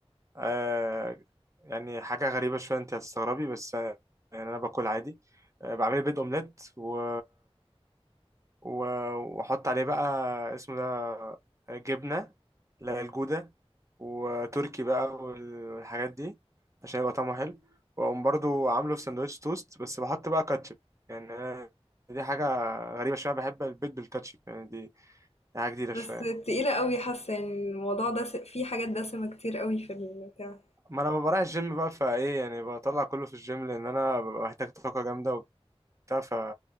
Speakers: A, on the right; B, on the left.
A: آه يعني حاجه غريبه شويه انت هتستغربي بس آه، يعني انا باكل عادي آه بعمل بيض اومليت و... و- واحط عليه بقى اسمه ده جبنة اللي هي الجودة وتركي بقى وال- والحاجات دي عشان يبقى طعمه حلو واقوم برضو عامله في سندوتش توست بس بحط بقى كاتشب يعني أنا دي حاجة غريبة شوية بحب البيض بالكاتشب يعني دي دي حاجة جديدة شوية
B: بس تقيلة قوي حاسة يعني الموضوع ده فيه حاجات دسمة كتير قوي في البتاع
A: ما انا بروح الجيم بقى فايه يعني بطلع كله في الجيم لان انا ببقى محتاج طاقة جامدة وبتاع ف...